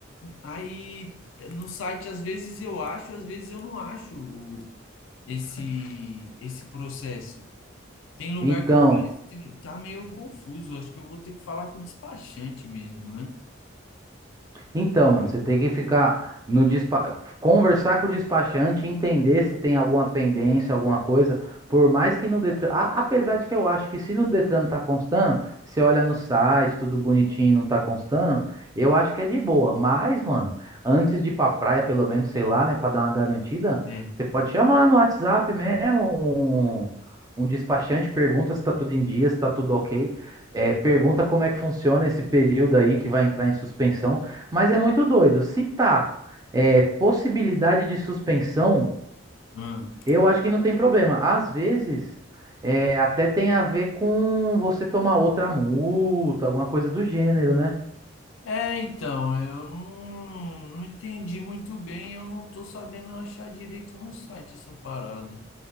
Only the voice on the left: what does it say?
aí no site às vezes eu acho, às vezes eu não acho o- esse esse processo. Tem lugar
que aparece, tem- tá meio confuso. Acho que eu vou ter que falar com o despachante mesmo, né?
É.
Ah.
É, então, eu não, não entendi muito bem, eu não tô sabendo achar direito no site essa parada.